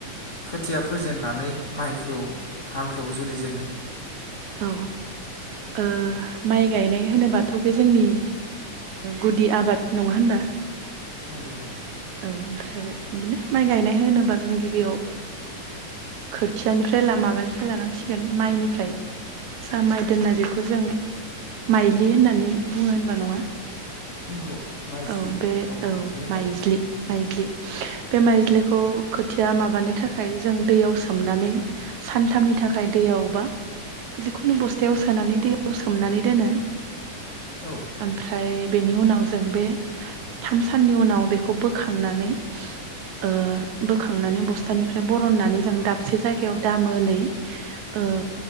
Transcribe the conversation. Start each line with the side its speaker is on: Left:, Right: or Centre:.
Left: खोथिया फोजेन नानै माइखौ हालखौ जुरिजेनो।
Right: औ ओ माइ गायनाय होनोबाथ' बे जोंनि गुदि आबाद नङा होनबा।
Left: नंगौ नंगौ
Right: औ ओमफ्राय बिदिनो माइ गायनाय होनोबा- जों गिबियाव खोथियानिफ्राय माबानिफ्राय लानांसिगोन माइनिफ्राय- सा माइ दोनना जेखौ जों माइलि होननानै बुङो होनबा नङा?
Left: नंगौ माइज्लि
Right: औ बे औ
Left: माइलि
Right: माइज्लि माइज्लि। बे माइज्ललिखौ खोथिया माबानो थाखाय जों दैयाव सोमनानै सानथामनि थाखाय दैयाव बा जिखुनु बस्थायाव सोनानै दैयाव सोमनानै दोनो।
Left: औ
Right: ओमफ्राय बेनि उनाव जों बे थाम साननि उनाव बेखौ बोखांनानै ओ बोखांनानै बस्थानिफ्राय बरननानै जों दाबसे जायगायाव दामोलै ओ